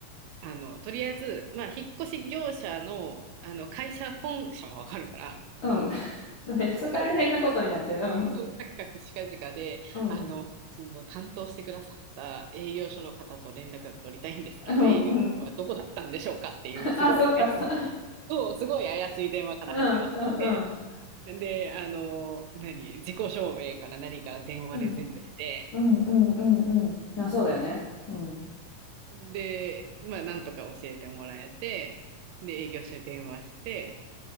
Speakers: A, on the right (about 85°); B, on the left (about 55°).
A: あの、とりあえず、まあ、引っ越し業者の、あの、会社本社もわかるから、
B: うん。<laughs> めっちゃ大変なことになってる。
A: そこに連絡、
B: うん。
A: そう、カクカクしかじかで、
B: うん。
A: あの、その担当してくださった営業所の方と連絡が取りたいんですけど、
B: うん。
A: 営業所はどこだったんでしょうかっていう、
B: うん。
A: すごい怪しい、
B: あ、そっかさ。
A: そう、すごい怪しい電話から始まって、
B: うんうんうん。
A: で、あの、何、自己証明から何から電話で全部して、
B: うん。うんうんうんうん。あ、そうだよね。うん。
A: で、まあ、なんとか教えてもらえて、で、営業所に電話して、